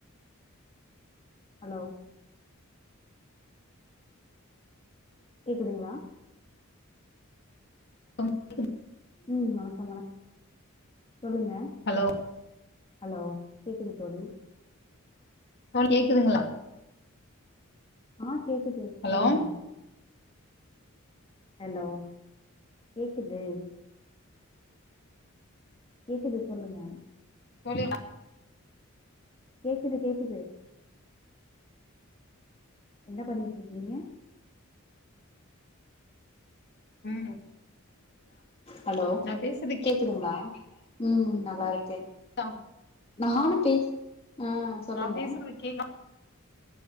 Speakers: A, on the left (about 30°); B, on the left (about 50°).
A: ஹலோ கேக்குதுங்ளா
B: <inaudible>
A: ம் வணக்கம் வணக் சொல்லுங்க
B: ஹலோ
A: ஹலோ கேக்குது தோழி
B: தோழி கேக்குதுங்ளா
A: ஆ கேக்குது
B: ஹலோ
A: சொல்லுங்க ஹலோ கேக்குது கேக்குது சொல்லுங்க
B: வெளில
A: கேக்குது கேக்குது என்ன பண்ணிட்ரிக்கீங்க
B: ஆமா
A: ஹலோ
B: பேசுறது
A: கேக்குதுங்ளா ம் நல்லாருக்கே
B: கேக்குதா
A: நானு பேஸ் ஆ சொல்லுங்க
B: நா பேசுறது கேக்தா